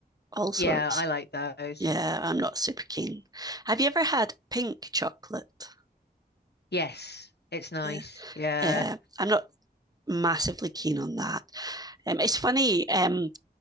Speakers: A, on the right; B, on the left.
A: all sorts.
B: Yeah, I like those.
A: Yeah, I'm not super keen. Have you ever had pink chocolate?
B: Yes, it's nice.
A: Yeah,
B: Yeah,
A: yeah I'm not massively keen on that. Um, it's funny. Um,